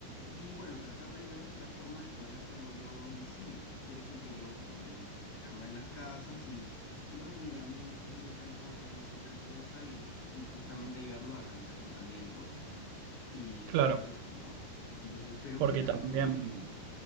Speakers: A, on the left; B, on the right.
A: Y bueno, tratar de ver la forma de poder hacerlo yo a domicilio. Quiere decir que yo, bueno, obviamente acercarme a las casas y, y, "Oh, mira, mi hijo tiene tal cosa, él hace tal cosa y, y justamente ayudarlo a realizar tratamientos y
B: Claro,
A: todo eso, ¿no? Entonces, pero
B: porque
A: cuéntame
B: también
A: tú más bien,